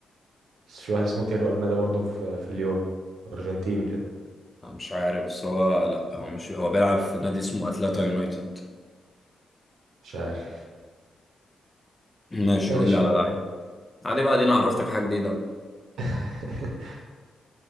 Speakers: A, on the right; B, on the left.
A: بس في واحد اسمه تيرو المدى برضه في في ليون ارجنتيني كده
B: لا، مش عارف بس هو لا هو مش هو بيلعب في نادي اسمه اتلتا يونايتد
A: مش عارف
B: ماشي
A: ماشي
B: قول لي على
A: هو
B: لعيب عادي بقى دي انا عرفتك حاجه جديده
A: <laughs>